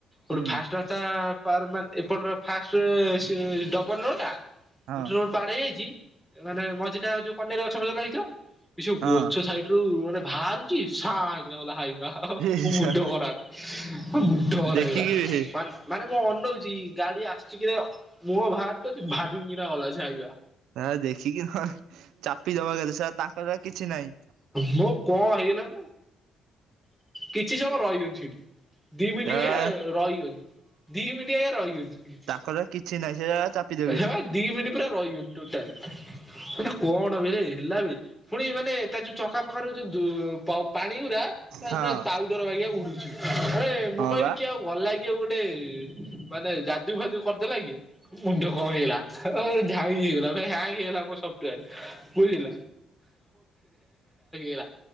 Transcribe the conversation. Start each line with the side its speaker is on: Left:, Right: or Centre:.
Centre: ଓଟେ
Right: ହୁଁ
Centre: ଫାଷ୍ଟ ରାସ୍ତା ପାର ମା ଏପଟର ଫାଷ୍ଟରେ ସିଏ ଡବଲ ରୋଡ୍‌ଟା।
Right: ହଁ
Centre: ଗୋଟେ ରୋଡ ପାର ହେଇଯାଇଛି ମାନେ ମଝିଟା ଯୋଉ କନ୍ୟାର ଗଛ ଗଛ ଲାଗିଥିବ କି
Right: ହଁ
Centre: ଗଛ ସାଇଡ୍ ମାନେ ବାହାରୁଛି ସାଇଁ କିନା। <unintelligible> ମ
Right: ହେ
Centre: ମୁଣ୍ଡ
Right: ଶା
Centre: ଖରାପ ମୁଣ୍ଡ ଖରାପ
Right: ଦେଖିକି
Centre: ହେଇଗଲା।
Right: ହେ
Centre: ମାନେ ମୁଁ ଅନଉଛି ଗାଡି ଆସିଛି କିନାଇ ମୁଁ ବାହାର କରୁଛି ଭାଡୁଙ୍ଗିନା ଗଲା ସେ ହାଇବା।
Right: ନା ଦେଖିକି ନହେଲେ ଚାପି ଦବ କେ ଦେ ସେଟ ତାଙ୍କର କିଛି ନାହିଁ।
Centre: ମୁଁ କଣ ହେଇଗଲା। କିଛି ସମୟ ରହିବନି ଦି ମିନିଟ୍
Right: ଶଳା
Centre: ଭଳିଆ ରହିଗଲି। ଦିଇ ମିିନଟ୍ ଆ ରହିଗଲି।
Right: ତାଙ୍କର କିଛି ନାହିଁ ସେ ଶଳା ଚାପିଦେବେ
Centre: ହେ ଦି ମିିନଟ୍ ପୁରା ରହିଗଲି ଟୋଟାଲ। ହେ କଣ ବେ ହେଲା ବେ। ପୁଣି ମାନେ ତା ଯୋଉ ଚକା ପଖା ର ଯୋଉ ପାଣି ଗୁରା। ତାପ
Right: ହଁ
Centre: ପାଉଡର ହେଇକି ଉଡୁଛି ଆରେ ମୁଁ
Right: ହଁ
Centre: କହିଲି
Right: ବା
Centre: କି ଆଉ ଗଲା କି ଆଉ ଗୋଟେ ମାନେ ଯାଦୁ ଫାଜୁ କରିଦେଲା କି ମୁଣ୍ଡ କଣ ହେଇଲା। ହ ଝାଇ ହେଇଗଲା ଭାଇ ହାଙ୍ଗ ହେଇଗଲା ମୋ ବୁଝିଲୁ ଗଲା